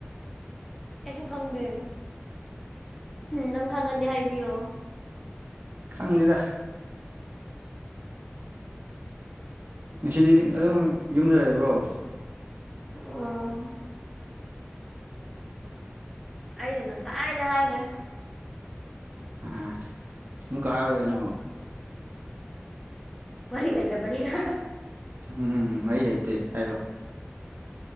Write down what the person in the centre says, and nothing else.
ꯑꯩꯁꯨ ꯈꯪꯗꯦ ꯅꯪ ꯈꯪꯉꯗꯤ ꯍꯥꯏꯕꯤꯌꯣ
ꯑꯣ ꯑꯩꯅ ꯉꯁꯥꯏꯅ ꯍꯥꯏꯒ꯭ꯔꯦ
ꯋꯥꯔꯤ ꯂꯩꯇꯕꯒꯤꯔ